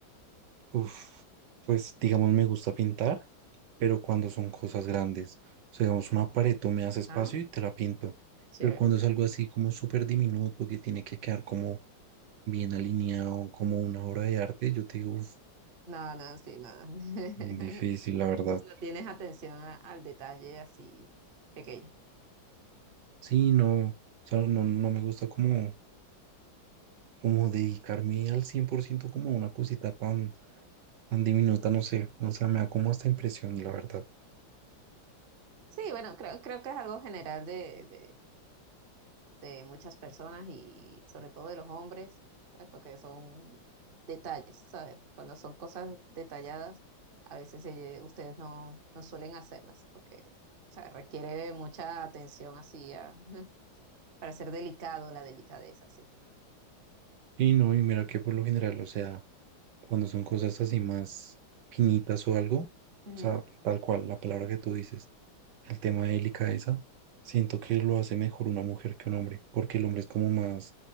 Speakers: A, on the right (about 70°); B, on the right (about 50°).
A: uf, pues digamos me gusta pintar, pero cuando son cosas grandes. O sea, digamos, una pared, tú me das espacio
B: ah,
A: y te la pinto.
B: chévere.
A: Pero cuando es algo así como súper diminuto, que tiene que quedar como bien alineado, como una obra de arte, yo te digo, uf,
B: No, no, sí, no. <laughs>
A: difícil, la verdad.
B: No tienes atención a- al detalle así pequeño.
A: Sí, no, o sea, no, no me gusta como como dedicarme al 100% como a una cosita tan, tan diminuta, no sé, o sea, me da como hasta impresión, la verdad.
B: Sí, bueno, creo, creo que es algo general de, de- de muchas personas y sobre todo de los hombres, ¿sabes? Porque son detalles, ¿sabes? Cuando son cosas detalladas, a veces eh, ustedes no, no suelen hacerlas porque, o sea, requiere mucha atención así a- <laughs> para ser delicado, la delicadeza, sí.
A: Y no, y mira que por lo general, o sea, cuando son cosas así más finitas o algo, o
B: Ujú.
A: sea, tal cual, la palabra que tú dices, el tema de delicadeza, siento que lo hace mejor una mujer que un hombre, porque el hombre es como más,